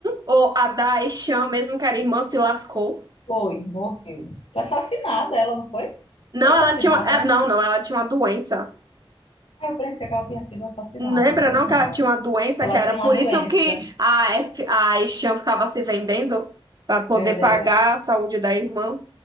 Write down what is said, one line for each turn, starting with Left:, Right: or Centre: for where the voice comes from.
Right: ou a da Echan, mesmo que era irmã, se lascou.
Left: Foi, morreu. Foi assassinada, ela não foi?
Right: Não,
Left: Foi assassinada.
Right: ela tinha. uma- é, não, não, ela tinha uma doença.
Left: Ah, eu pensei que ela tinha sido assassinada.
Right: Lembra
Left: Foi
Right: não
Left: não.
Right: que ela tinha uma doença
Left: Ela
Right: que era
Left: tinha
Right: por
Left: uma doença.
Right: isso que a, F, a Estian ficava se vendendo para poder
Left: Era,
Right: pagar
Left: era.
Right: a saúde da irmã?